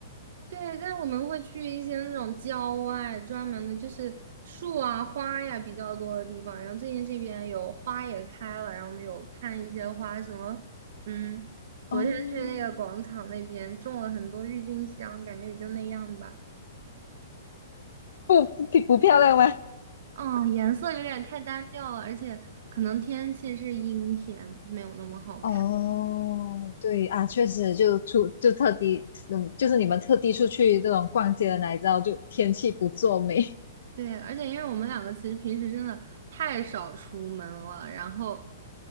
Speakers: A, on the right; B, on the left.
A: 对，但我们会去一些那种郊外专门的，就是树啊、花呀比较多的地方。然后最近这边有花也开了，然后我们有看一些花，什么嗯，昨天去那个广场那边种了很多郁金香，
B: 哦，
A: 感觉也就那样吧。
B: 不不不漂亮吗？
A: 嗯，颜色有点太单调了，而且可能天气是阴天，没有那么好看。
B: 哦，对啊，确实就出就特地，嗯，就是你们特地出去这种逛街的哪里知道就天气不作美
A: 对，而且因为我们两个其实平时真的太少出门了，然后，